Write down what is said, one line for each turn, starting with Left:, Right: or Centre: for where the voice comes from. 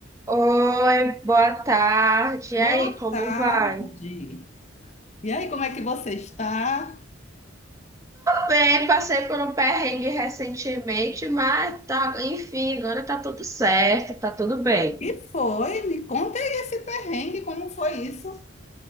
Right: Oi, boa tarde.
Left: Boa
Right: E aí, como
Left: tarde.
Right: vai? Tô
Left: E aí, como é que você está?
Right: Bem, passei por um perrengue recentemente, mas tá, enfim, agora tá tudo certo, tá tudo bem.
Left: E foi, me conta aí esse perrengue, como foi isso?